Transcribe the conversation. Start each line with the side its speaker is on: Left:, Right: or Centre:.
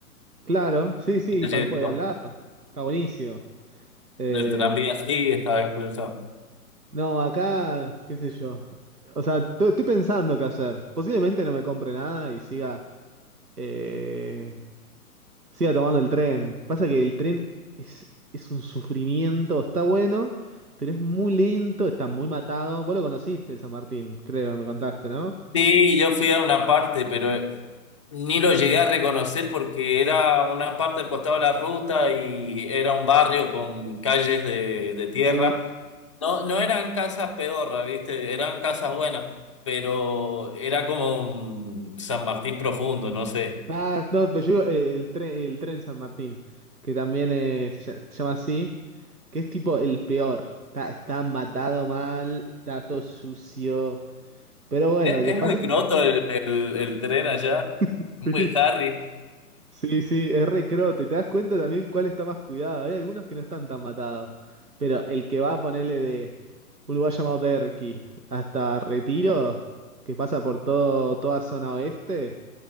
Right: Claro, sí, sí,
Left: Entonces,
Right: pasás por ahí
Left: no,
Right: al lado. Está buenísimo. Eh,
Left: del tranvía sí, estaba incluso.
Right: no, acá, qué sé yo. O sea, to- estoy pensando qué hacer. Posiblemente no me compre nada y siga. eh, Siga tomando el tren. Pasa que el tren es, es un sufrimiento, está bueno, pero es muy lento, está muy matado. Vos lo conociste, el San Martín, creo, me contaste, ¿no?
Left: Sí, yo fui a una parte, pero ni lo llegué a reconocer porque era una parte al costado de la ruta y era un barrio con calles de, de tierra.
Right: Sí.
Left: No, no eran casas pedorras, ¿viste? Eran casas buenas, pero era como un San Martín profundo, no sé.
Right: Ah, no, pero yo digo, eh, el tren, el tren San Martín, que también eh, se, ll- se llama así, que es tipo el peor. Está, está matado mal, está todo sucio. Pero bueno,
Left: Es,
Right: después...
Left: es muy croto el, el, el tren allá,
Right: <laughs>
Left: muy
Right: Sí,
Left: Harry.
Right: Sí, sí, es re crote. Te das cuenta también cuál está más cuidado. Hay algunos que no están tan matados. Pero el que va a ponerle de un lugar llamado Derqui hasta Retiro, que pasa por todo, toda zona oeste,